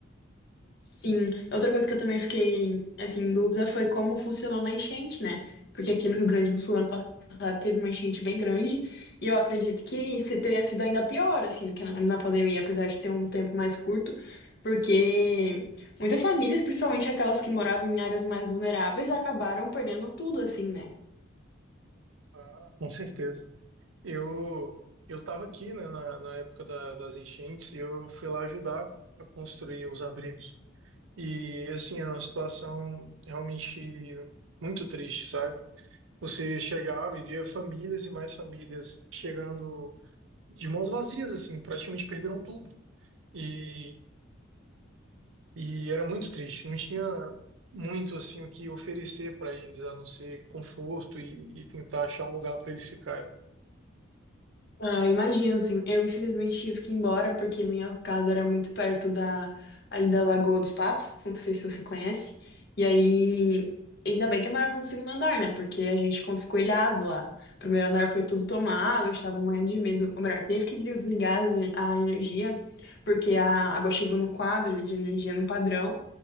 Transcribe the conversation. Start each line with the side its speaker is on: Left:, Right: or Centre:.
Left: Sim, outra coisa que eu também fiquei, assim, em dúvida foi como funcionou na enchente, né? Porque aqui no Rio Grande do Sul, ano passado, teve uma enchente bem grande e eu acredito que se teria sido ainda pior, assim, do que na na pandemia, apesar de ter um tempo mais curto, porque muitas famílias, principalmente aquelas que moravam em áreas mais vulneráveis, acabaram perdendo tudo, assim, né?
Right: Ah, com certeza. Eu eu estava aqui, né, na, na época da- das enchentes e eu fui lá ajudar a construir os abrigos. E assim, era uma situação realmente muito triste, sabe? Você chegava e via famílias e mais famílias chegando de mãos vazias, assim, praticamente perderam tudo. E, e era muito triste, não tinha muito assim o que oferecer para eles, a não ser conforto e, e tentar achar um lugar para eles ficarem.
Left: Ah, imagino, sim. Eu, infelizmente, tive que ir embora porque minha casa era muito perto da, ali da Lagoa dos Patos, não sei se você conhece. E aí, ainda bem que eu morava no segundo andar, né? Porque a gente ficou escoelhado lá. O primeiro andar foi tudo tomado, a gente tava morrendo de medo. Ou melhor, teve que desligar a a energia, porque a água chegou no quadro ali de energia no padrão.